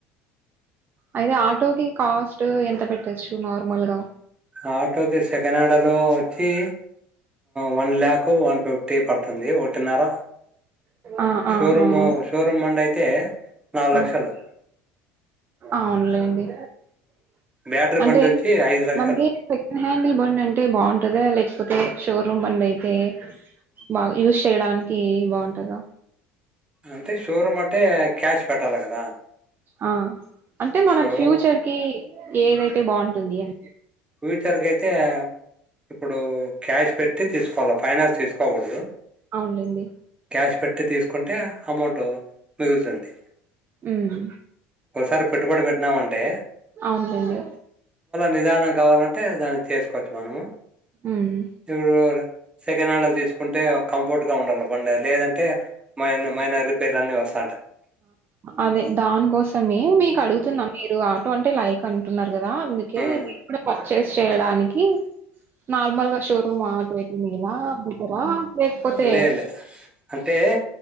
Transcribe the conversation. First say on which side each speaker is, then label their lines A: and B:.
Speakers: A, on the right (about 35°); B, on the right (about 15°).
A: అయితే ఆటోకి కాస్ట్ ఎంత పెట్టొచ్చు నార్మల్గా
B: ఆటోకి సెకండ్ హ్యాండ్లో వచ్చి వన్ లాక్ వన్ ఫిఫ్టీ పడుతుంది ఒకటిన్నర
A: ఆ
B: షోరూమ్
A: ఆ అవును
B: షోరూమ్ బండి అయితే నాలుగు లక్షలు
A: ఆ అవునులేండి
B: బ్యాటరీ
A: అంటే
B: బండి వచ్చి ఐదు లక్షలు
A: మనకి సెకండ్ హ్యాండిల్ బండి అంటే బాగుంటందా లేకపోతే షోరూమ్ బండి అయితే బాగా యూజ్ చేయడానికి బాగుంటు ఉంటద
B: అంటే షోరూమ్ అంటే క్యాష్ పెట్టాల్ల కదా
A: ఆ అంటే మనకు
B: షోరూమ్
A: ఫ్యూచర్కి ఏదైతే బాగుంటుంది అని
B: ఫ్యూచర్కి అయితే ఇప్పుడు క్యాష్ పెట్టి తీసుకోవాలి ఫైనాన్స్ తీసుకోకూడదు
A: అవున్లేండి
B: క్యాష్ పెట్టి తీసుకుంటే అమౌంట్ మిగులుతుంది
A: ఉమ్
B: ఓ సారి పెట్టుబడి పెట్నామా టే
A: అవున్లేండి
B: నిదానం కావాలంటే దాన్ని చేసుకోచ్చు మనము
A: ఉమ్
B: ఇవురొరె సెకండ్ హ్యాండిల్ తీసుకుంటే కంఫర్ట్ గా ఉండాల్ల బండి లేదంటే అంటే మ మైన రిపేర్లన్న వస్త
A: అదే దానికోసమే మీకు అడుగుతున్నా
B: ఉమ్.
A: మీరు ఆటో అంటే లైక్ కంటున్నా దా అందుకే
B: ఉమ్.
A: పా చేేస్ చేయడానికి నార్మల్ గా షోరూమ్ మా <unintelligible> బెటరా లేకపోతే
B: లే లే అంటే